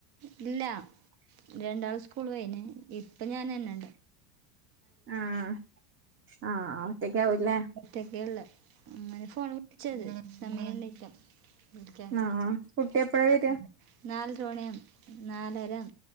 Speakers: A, on the right; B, on the right.
A: ഇല്ല രണ്ടാള് സ്കൂൾ വയിന ഇപ്പൊ ഞൻ തന്നെണ്ട്
B: ആഹ് ആഹ് ഒറ്റക്കാവൂല്ലേ
A: മറ്റൊക്കെ ഉള്ള അങ്ങനെ ഫോൺ വിളിച്ചത് സമയംണ്ടക്കാം
B: ആഹ് കുട്ടി
A: <inaudible>
B: എപ്പഴാ വരിക
A: നാലു തോണ നാലരം